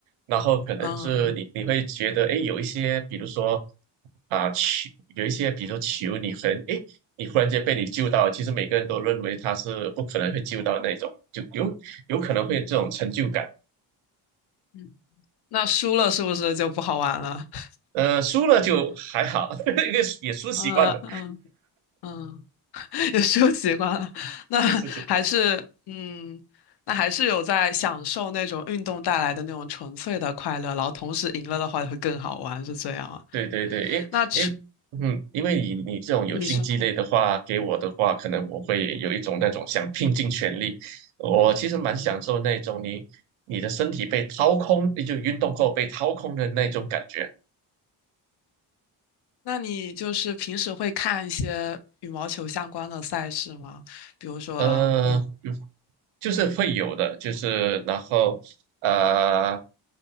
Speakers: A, on the right; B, on the left.
A: 然后可能是你你会觉得，
B: 嗯，
A: 哎，有一些，比如说啊球，有一些，比如说球，你很，哎，你忽然间被你救到了其实每个人都认为他是不可能会救到那种，就有有可能会有这种成就感。
B: 嗯那输了是不是就不好玩了？<laughs>
A: 呃，输了就还好，<laughs> 因为也输习惯了。
B: 嗯嗯嗯。也是习惯了。那还是嗯，
A: 是是是，
B: 那还是有在享受那种运动带来的那种纯粹的快乐，然后同时赢了的话会更好玩，是这样啊？
A: 对对对，
B: 那除
A: 因因嗯，因为你你这种有竞技类的话，
B: 你说，
A: 给我的话，可能我会有一种那种想拼尽全力。我其实蛮享受那种你你的身体被掏空，
B: 嗯，
A: 就运动后被掏空的那种感觉。
B: 那你就是平时会看一些羽毛球相关的赛事吗？比如说，
A: 呃，
B: 嗯，
A: 就是会有的，就是然后呃，